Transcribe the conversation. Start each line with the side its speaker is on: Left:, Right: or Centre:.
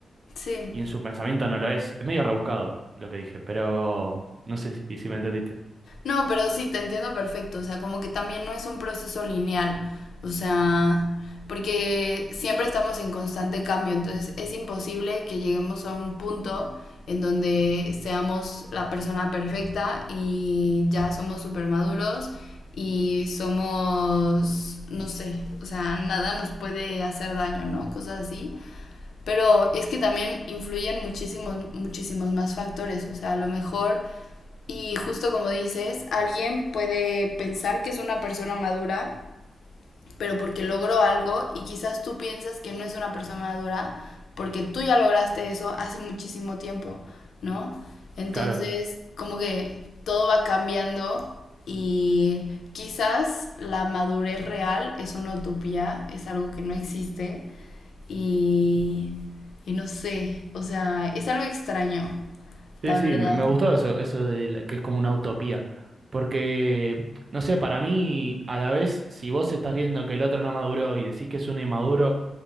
Left: Sí.
Right: y en su pensamiento no lo es. Es medio rebuscado lo que dije, pero no sé si, si me entendiste.
Left: No, pero sí, te entiendo perfecto. O sea, como que también no es un proceso lineal. O sea, porque siempre estamos en constante cambio. Entonces es imposible que lleguemos a un punto en donde seamos la persona perfecta y ya somos súper maduros y somos, no sé, o sea, nada nos puede hacer daño, ¿no? Cosas así. Pero es que también influyen muchísimos, muchísimos más factores. O sea, a lo mejor, y justo como dices, alguien puede pensar que es una persona madura pero porque logró algo y quizás tú piensas que no es una persona madura porque tú ya lograste eso hace muchísimo tiempo, ¿no? Entonces,
Right: Claro.
Left: como que todo va cambiando y quizás la madurez real es una utopía, es algo que no existe y, y no sé, o sea, es algo extraño, la
Right: Sí, sí,
Left: verdad.
Right: me, me gustó eso, eso de la- que es como una utopía. Porque, no sé, para mí, a la vez, si vos estás viendo que el otro no maduró y decís que es un inmaduro,